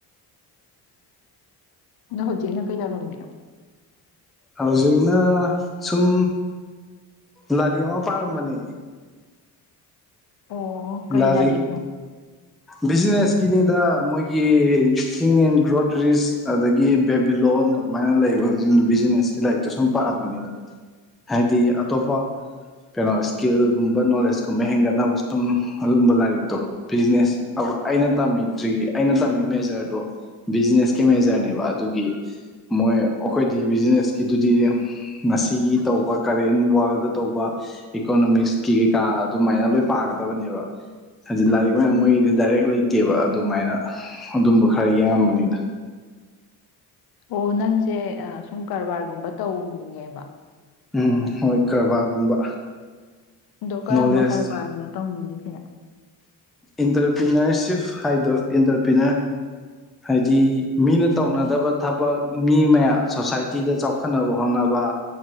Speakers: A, on the left (about 65°); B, in the centre.
A: ꯅꯪ ꯍꯧꯖꯤꯛꯅ ꯀꯩꯗꯧꯔꯝꯃꯤꯅꯣ
B: ꯍꯧꯖꯤꯛꯅ ꯁꯨꯝ ꯂꯥꯏꯔꯤꯛ ꯑꯃ ꯄꯥꯔꯝꯕꯅꯦ
A: ꯑꯣ ꯀꯔꯤ
B: ꯂꯥꯏꯔꯤꯛ
A: ꯂꯥꯏꯔꯤꯛꯅꯣ
B: ꯕꯤꯖꯤꯅꯦꯁꯀꯤꯅꯤꯗ ꯃꯣꯏꯒꯤ ꯊꯤꯡ ꯑꯦꯟ ꯒ꯭ꯔꯣꯗꯔꯤꯁ ꯑꯗꯒꯤ ꯕꯦꯕꯤ ꯂꯂꯣꯟ ꯑꯗꯨꯃꯥꯏꯅ ꯑꯩꯒꯤ ꯂꯩꯕ ꯕꯤꯖꯤꯅꯦꯁꯀꯤ ꯂꯥꯏꯔꯤꯛꯇꯣ ꯁꯨꯝ ꯄꯥꯔꯝꯕꯅꯤꯗ ꯍꯥꯏꯗꯤ ꯑꯇꯣꯞꯄ ꯀꯩꯅꯣ ꯏꯁꯀꯤꯜꯒꯨꯝꯕ ꯅꯣꯂꯦꯖꯀꯨꯝꯕ ꯍꯦꯟꯒꯠꯅꯕ ꯁꯨꯝ ꯑꯗꯨꯒꯨꯝꯕ ꯂꯥꯏꯔꯤꯛꯇꯣ ꯕꯤꯖꯤꯅꯦꯁ ꯑꯩꯅ ꯇꯝꯃꯤꯗ꯭ꯔꯤꯒꯤ ꯑꯩꯅ ꯇꯝꯃꯤ ꯃꯦꯖꯔꯗꯨ ꯕꯤꯖꯤꯅꯦꯁ ꯀꯦꯃꯦꯖꯔꯅꯦꯕ ꯑꯗꯨꯒꯤ ꯃꯣꯏ ꯑꯩꯈꯣꯏꯗꯤ ꯕꯤꯖꯤꯅꯦꯁꯀꯤꯗꯨꯗꯤ ꯉꯁꯤꯒꯤ ꯇꯧꯕ ꯀꯔꯦꯟ ꯋꯥꯔꯜꯗ ꯇꯧꯕ ꯏꯀꯣꯅꯣꯃꯤꯛꯁꯀꯤ ꯀꯩꯀꯥ ꯑꯗꯨꯃꯥꯏꯅ ꯂꯣꯏ ꯄꯥꯒꯗꯕꯅꯦꯕ ꯍꯥꯏꯖꯤ ꯂꯥꯏꯔꯤꯛ
A: ꯎꯝ
B: ꯃꯌꯥꯝ ꯑꯣꯏꯔꯤꯦ ꯍꯥꯑꯣꯖꯤꯛ ꯂꯩꯇꯦꯕ ꯑꯗꯨꯃꯥꯏꯅ ꯑꯗꯨꯝꯕ ꯈꯔ ꯌꯦꯡꯉꯝꯕꯅꯤꯗ
A: ꯑꯣ ꯅꯪꯁꯦ ꯁꯨꯝ ꯀꯔꯕꯥꯔꯒꯨꯝꯕ ꯇꯧꯅꯤꯡꯉꯦꯕ
B: ꯎꯝ ꯍꯣꯏ ꯀꯔꯕꯥꯔꯒꯨꯝꯕ
A: ꯑꯗꯣ ꯀꯔꯝꯕ
B: ꯅꯣꯂꯦꯖ
A: ꯀꯔꯕꯥꯔꯅꯣ ꯇꯧꯅꯤ ꯂꯤꯖꯤꯅꯥ
B: ꯏꯟꯇꯔꯄ꯭ꯔꯤꯅꯔꯁꯤꯞ ꯍꯥꯏꯗꯣ ꯏꯟꯇꯔꯄ꯭ꯔꯤꯅꯔ ꯍꯥꯏꯗꯤ ꯃꯤꯅ ꯇꯧꯅꯗꯕ ꯊꯕꯛ ꯃꯤ ꯃꯌꯥꯝ ꯁꯣꯁꯥꯏꯇꯤꯗ ꯆꯥꯎꯈꯠꯅꯕ ꯍꯣꯠꯅꯕ